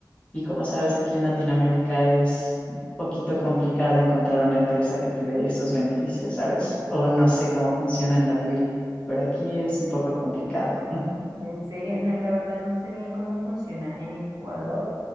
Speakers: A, on the left; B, on the right.
A: Y como sabes, aquí en Latinoamérica es un poquito complicado encontrar una empresa que te dé esos beneficios, ¿sabes? O no sé cómo funciona en la tuya, pero aquí es un poco complicado. <laughs>
B: En serio, no, la verdad no sé bien cómo funciona en Ecuador.